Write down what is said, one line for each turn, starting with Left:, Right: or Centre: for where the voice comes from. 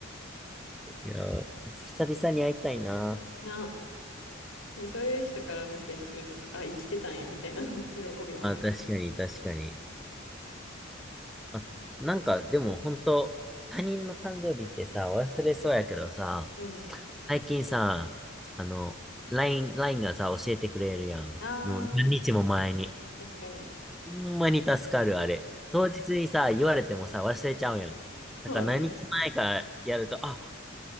Centre: いやー、久々に会いたいな。
Left: な。でそういう人からメッセージ来るとさ、あ、生きてたんや、みたいな <laughs> 喜びもある。
Centre: あ、確かに、確かに。あ、なんか、でも本当他人の誕生日ってさ、忘れそうやけどさ、
Left: うん。
Centre: 最近さ、あの、LINE、ラインがさ、教えてくれるやん。
Left: ああ、
Centre: の何日も前に。
Left: 確かに。
Centre: ほんまに助かる、あれ。当日にさ、言われてもさ、忘れちゃうやん。
Left: そうね。
Centre: だから何日前からやると、あ、